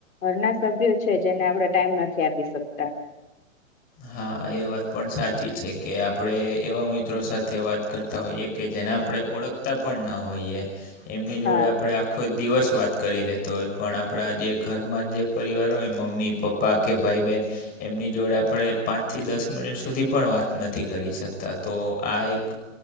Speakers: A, on the left; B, on the left.
A: ઘરના સભ્યો છે, જેને આપણે ટાઈમ નથી આપી શકતા.
B: હા, એ વાત પણ સાચી છે કે આપણેે એવા મિત્રો સાથે વાત કરતા હોઈએ કે જેને આપણે ઓળખતા પણ ના હોઈએ એમની જોડે
A: હા
B: આપણે આ કોઈ દિવસ વાત કરી લેતો હોય, પણ આપણા જે ઘરમાં જે પરિવાર હોય મમ્મી પપ્પા પાકે ભાઈ બેહેન એમની જોડે આપણે પાંચથી દસ મિનિટ સુધી પણ વાત નથી કરી શકતા તો આ એક